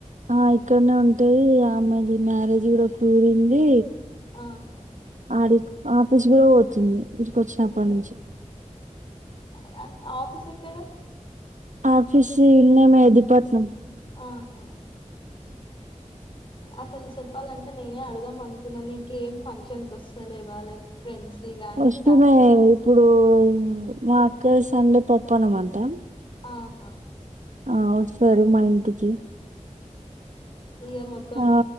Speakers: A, on the right; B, on the left.
A: ఆ ఇక్కడనే ఉంటది ఆ అమ్మాయిది మ్యారేజ్ కూడా కుదిరింది
B: ఆహా
A: ఆడి ఆఫీస్ కూడా పోవచ్చింది ఇడికి వచ్చినప్పటి నుంచి
B: కాద్ ఆఫీస్ ఎక్కడ
A: ఆఫీస్ ఇల్నే మేదిపట్నం
B: ఆహా అసలు చెప్పాలంటే నేనే అడదాం అనుకు కున్నె నీక ఏం ఫంక్షన్స్ వస్తాలేవా లైక్ ఫ్రెండ్స్ వి గానీ
A: వస్తునై
B: ఫ్యామిలీ
A: ఇప్పుడు మా అక్క సండే పప్పనమంటాం
B: ఆహా
A: ఆ వస్తారు మా ఇంటికి
B: ఇగ మొత్తం
A: ఆ